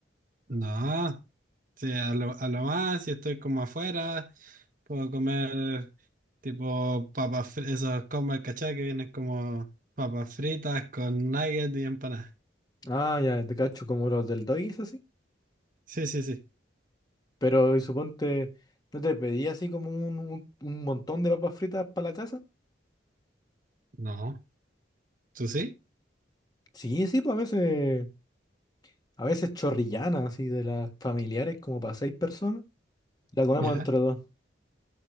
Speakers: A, on the right; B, on the left.
A: No. Sí, a lo, a lo más, si estoy como afuera, puedo comer tipo papas, fri- esos combos, ¿cachai? Que vienen como papas fritas con nuggets y empanadas.
B: Ah, ya, te cacho como los del Doggies así.
A: Sí, sí, sí.
B: Pero y suponte, ¿no te pedí así como un, un- un montón de papas fritas para la casa?
A: No, tú sí,
B: Sí, sí, pues a veces, a veces chorrillanas así de las familiares como para seis personas. La comemos
A: ya.
B: entre dos.